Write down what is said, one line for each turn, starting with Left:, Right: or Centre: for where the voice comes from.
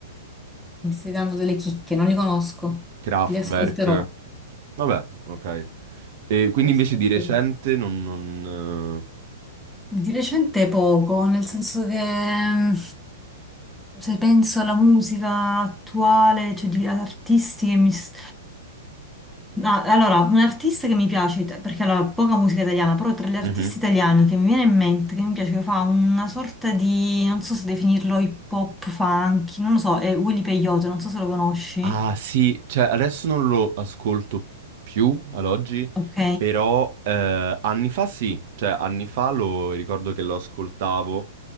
Centre: mi stai dando delle chicche, non li conosco.
Right: Kraftwerk,
Centre: Li ascolterò,
Right: vabbè, ok. E quindi
Centre: li ascolterò.
Right: invece di recente non... non,
Centre: Di recente poco, nel senso che mm, se penso alla musica attuale, cioè di artisti che mi... s- Ah, allora, un artista che mi piace, it- perché allora, poca musica italiana, però tra gli artisti
Right: eh, mhm.
Centre: italiani che mi viene in mente, che mi piace, che fa una sorta di, non so se definirlo hip hop, funky, non lo so, è Willy Peyote, non so se lo conosci.
Right: Ah sì, cioè adesso non lo ascolto più ad oggi,
Centre: Ok,
Right: però eh, anni fa sì, cioè anni fa lo ricordo che lo ascoltavo,